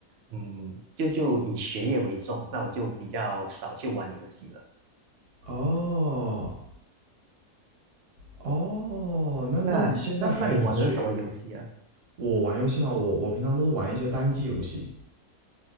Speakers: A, on the right; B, on the right.
A: 嗯，就就以学业为重，那我就比较少去玩游戏了。
B: 哦哦，那那你现在还以学业为？
A: 那那那你玩的是什么游戏啊？
B: 我玩游戏嘛，我我平常都是玩一些单机游戏，